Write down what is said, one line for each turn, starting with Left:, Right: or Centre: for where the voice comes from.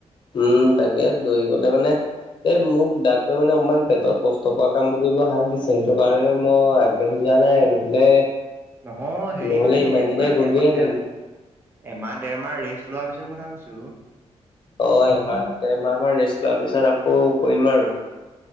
Left: উম, তাকে দৰি গলে মানে এ মোক ডাক্তৰে মানে অকমান পেটত কষ্ট পোৱা কামবোৰ কৰিব হাগ দিছে, সেইটো কাৰণে মই আগবাঢ়ি য ৱা নাই, নহ'লে
Right: নহয় হেৰি
Left: নহ'লে
Right: কৰিবি
Left: ইমান
Right: এমাহ
Left: দিনে গ'লোৱেহেঁতেন।
Right: এমাহ এ এমাহ দেৰমাহ ৰেষ্ট লোৱাৰ পিছত ম চওঁছো।
Left: অ, এমাহ দেৰমাহ মৰ ৰেষ্ট লোৱাৰ পিছত আকৌ কৰিম আৰু